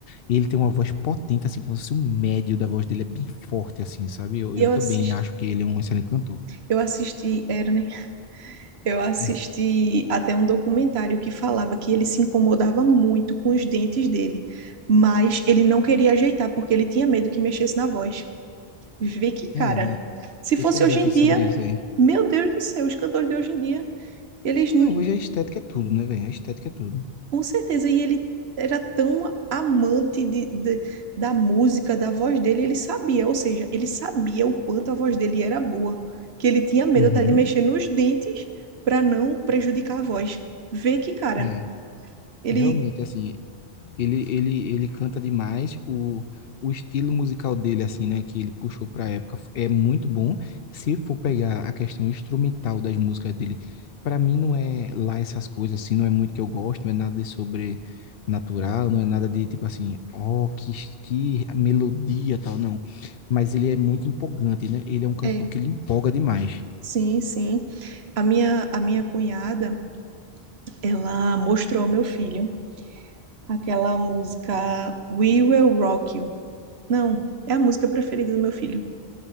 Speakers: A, on the left (about 65°); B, on the right (about 80°).
A: Ele tem uma voz potente, assim, como se fosse um médio da voz dele, é bem forte, assim, sabe? Eu,
B: E
A: eu
B: eu
A: também
B: assisti,
A: acho que ele é um excelente cantor.
B: eu assisti, era, né? Eu assisti
A: É,
B: até um documentário que falava que ele se incomodava muito com os dentes dele, mas ele não queria ajeitar porque ele tinha medo que mexesse na voz. Vê que cara.
A: é, né?
B: Se fosse
A: Eu também
B: hoje em
A: vi
B: dia,
A: sobre isso aí.
B: meu Deus do céu, os cantores de hoje em dia, eles
A: Não, hoje a estética é tudo, né, velho? A estética é tudo.
B: Com certeza, e ele era tão amante de, de- da música, da voz dele, ele sabia, ou seja, ele sabia o quanto a voz dele era boa, que ele tinha medo
A: Uhum.
B: até de mexer nos dentes para não prejudicar a voz. Vê que, cara,
A: É,
B: ele.
A: realmente, assim, Ele, ele, ele canta demais. O, o estilo musical dele, assim, né, que ele puxou para a época, é muito bom. Se for pegar a questão instrumental das músicas dele, para mim não é lá essas coisas, assim, não é muito que eu gosto, não é nada de sobrenatural, não é nada de tipo assim, ó, que, que melodia tal, não. Mas ele é muito empolgante, né? Ele é um cantor
B: É,
A: que ele empolga demais.
B: sim, sim. A minha, a minha cunhada, ela mostrou ao meu filho aquela música We Will Rock You. Não, é a música preferida do meu filho.